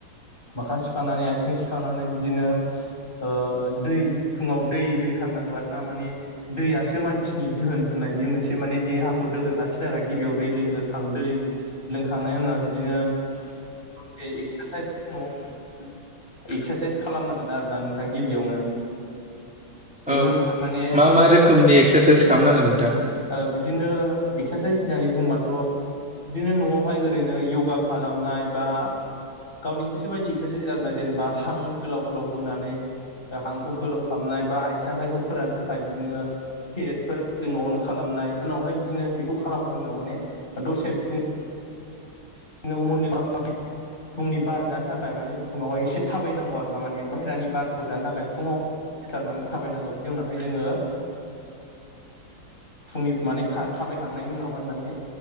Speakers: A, on the left; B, in the centre.
A: मोखां सुखांनानै आथिं सुखांनानै बिदिनो ओ-दै फुङाव दै लों थारनांगौ आरो ना माने दैयासो मानसिनि दधोन होननाय बे मोनसे माने देहाखौ दोगोन लाखिनो थाखाय गि बियाव दै लोंगां दै लोंखांनायनि उनाव बिदिनो। से एक्सारसाइस नआव एक्सारसाइस खालामनांगोन आरो। ना नोंथां गिबियावनो। बेनि
B: औ
A: उनावहाय माने
B: मा मा रोखोमनि एक्सारसाइस खालामनांगोन नोंथां?
A: ओ-बिदिनो एक्सारसाइस होननानै बुंङोबाथ थ बिदिनो नआवहाय ओरैनो यगा खालामनाय बा गावनि गोसो बायदि एक्सारसाइस आर ना जेनेबा हां गोलाव गोलाव बोनानै। हांखौ गोलाव खालामनाय बा आथिं आखाइखौ फोरानानो थाखाय बिदिनो। केरेटफोर ओ-नआवनो खालामनाय उनावहाय बिदिनो। खौ खालामखांनायनि उनाव माने दसे बिदिनो मरनिं अवाग। <unintelligible> फुंनिबार जानो थाखाय मान फुङाव एसे थाबायनांगौ आरो ना मान बाहेरानि बारखौ जानो थाखाय फुङाव सिखारनानै थाब बायनांगौ बिनि उनावहाय जोङो।
B: <inaudible>
A: फुंनि माने थाबायखांनायनि उनावहाय माने।